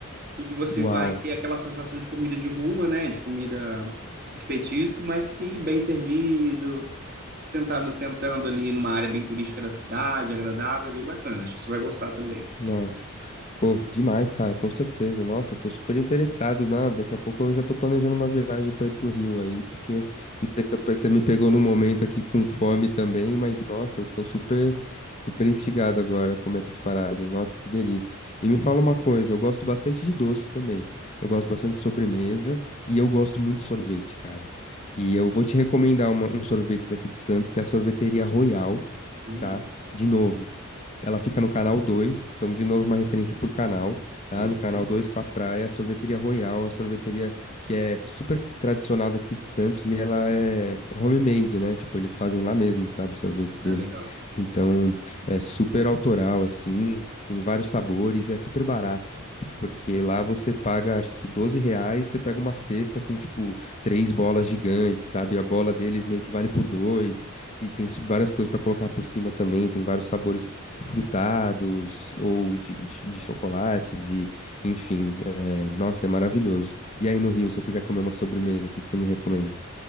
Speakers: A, on the right; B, on the left.
A: E que você
B: Uau.
A: vai ter aquela sensação de comida de rua, né? De comida de petisco, mas que bem servido, sentando, sentando ali numa área bem turística da cidade, agradável, bem bacana. Acho que você vai gostar também.
B: Nossa. Pô, demais, cara, com certeza. Nossa, eu tô super interessado, né? Daqui a pouco eu já tô planejando uma viagem pra ir pro Rio aí, porque não sei se eu- você me pegou num momento aqui com fome também, mas nossa, eu tô super, super instigado agora a comer essas paradas. Nossa, que delícia. E me fala uma coisa, eu gosto bastante de doces também. Eu gosto bastante de sobremesa e eu gosto muito de sorvete, cara. E eu vou te recomendar uma- um sorvete daqui de Santos, que é a Sorveteria Royal,
A: Hum,
B: tá? De novo. Ela fica no canal 2, então de novo uma referência por canal, tá?
A: beleza.
B: No canal 2 com a praia, a Sorveteria Royal, uma sorveteria que é super tradicional daqui de Santos e ela é homemade, né? Tipo, eles fazem lá mesmo, sabe, os sorvetes deles.
A: Ah, legal.
B: Então, é super autoral assim, tem vários sabores e é super barato, porque lá você paga acho que 12 reais, você pega uma cesta com tipo três bolas gigantes, sabe? A bola deles meio que vale por dois. E tem su- várias coisas pra colocar por cima também. Tem vários sabores frutados ou de, de- de chocolates e, enfim, é, nossa, é maravilhoso. E aí no Rio, se eu quiser comer uma sobremesa, o que que você me recomenda?